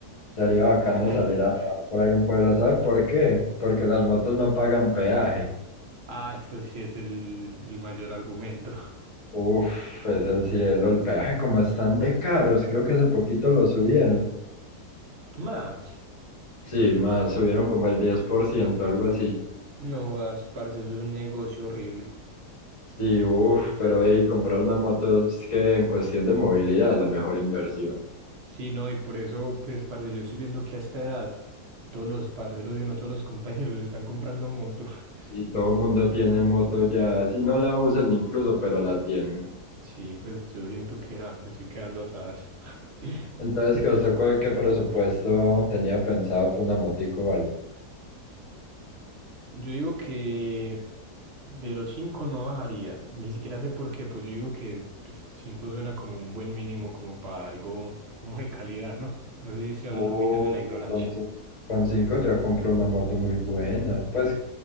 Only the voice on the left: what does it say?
Sería bacano
salir a rodar por ahí un pueblo, ¿Sabe por qué? Porque las motos no pagan peaje.
Uf, es el cielo. El peaje como están de caros. Creo que hace poquito lo subieron.
Sí, más subieron como el 10%, algo así.
Sí, uf, pero hey, comprar una moto es que en cuestión de movilidad la mejor inversión.
Sí, todo el mundo tiene moto ya, si no la usan incluso, pero la tienen.
Entonces, ¿qué os tocó? ¿Qué presupuesto tenía pensado para una motico, o algo?
Uh,
con, cin- con 5 ya compró una moto muy buena. Pues